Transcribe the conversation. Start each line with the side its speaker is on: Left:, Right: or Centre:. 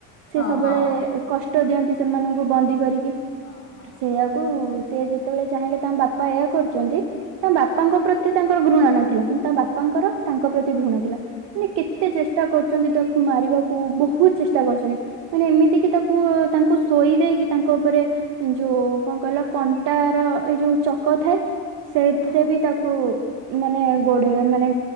Right: ସେ
Left: ହଁ
Right: ସବୁବେଳେ
Left: ହଁ
Right: କଷ୍ଟ ଦିଅନ୍ତି ସେମାନଙ୍କୁ ବନ୍ଦୀ କରିକି।
Left: ହଁ, ହଁ।
Right: ସେଇଆକୁ ସେ ଯେତେବେଳେ ଚାହିଁଲେ ତାଙ୍କ ବାପା ଏହା କରୁଛନ୍ତି ତାଙ୍କ ବାପାଙ୍କ ପ୍ରତି ତାଙ୍କର ଘୃଣା ନଥିଲା। କିନ୍ତୁ ତା ବାପାଙ୍କର ତାଙ୍କ ପ୍ରତି ଘୃଣା ଥିଲା। ମାନେ କେତେ ଚେଷ୍ଟା କରୁଛନ୍ତି ତାକୁ ମାରିବାକୁ, ବହୁତ ଚେଷ୍ଟା କରିଛନ୍ତି। ମାନେ ଏମିତିକି ତାକୁ ତାଙ୍କୁ ଶୋଇ ଦେଇକି ତାଙ୍କ ଉପରେ ଯୋଉ କଣ କହିଲ କଣ୍ଟା ର ଏଇ ଯୋଉ ଚକ ଥାଏ ସେଥିରେ
Left: ହଁ।
Right: ବି ତାକୁ ମାନେ ଗୋଡେଇ ମାନେ